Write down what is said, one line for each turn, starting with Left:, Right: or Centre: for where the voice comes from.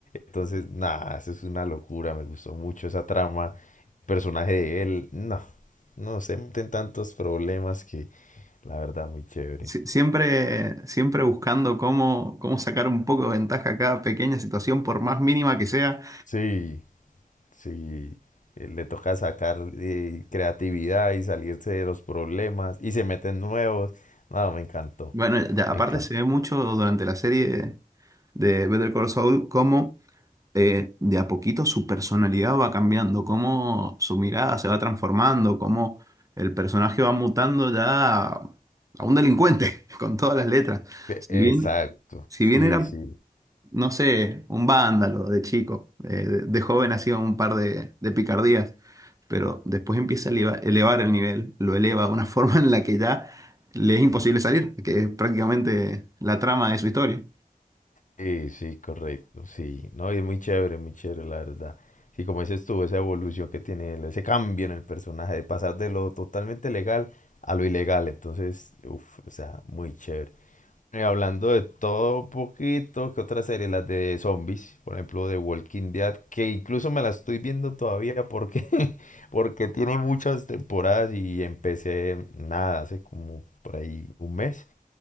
Left: Entonces, nada, eso es una locura, me gustó mucho esa trama, el personaje de él, no, no se meten tantos problemas que la verdad muy chévere.
Right: Sí. Sie- Siempre, siempre buscando cómo, cómo sacar un poco de ventaja a cada pequeña situación, por más mínima que sea.
Left: Sí, sí, eh, le toca sacar eh, creatividad y salirse de los problemas y se meten nuevos. No, me encantó,
Right: Bueno, ya- aparte
Left: me encantó.
Right: se ve mucho durante la serie de, de Better Call Saul cómo eh, de a poquito su personalidad va cambiando, cómo su mirada se va transformando, cómo el personaje va mutando ya a a un delincuente <laughs> con todas las letras. Si
Left: Exacto,
Right: bien, si bien
Left: sí,
Right: era,
Left: sí.
Right: no sé, un vándalo de chico, eh, de, de joven hacía un par de, de picardías, pero después empieza a eleva- elevar el nivel, lo eleva de una <laughs> forma en la que ya le es imposible salir, que es prácticamente la trama de su historia.
Left: Sí, sí, correcto, sí. No, y es muy chévere, muy chévere, la verdad. Sí, como dices tú, esa evolución que tiene él, ese cambio en el personaje, de pasar de lo totalmente legal a lo ilegal. Entonces, uff, o sea, muy chévere. Y hablando de todo un poquito, ¿qué otra serie? Las de zombies, por ejemplo, de Walking Dead, que incluso me la estoy viendo todavía porque, <laughs> porque tiene muchas temporadas y empecé nada, hace como por ahí un mes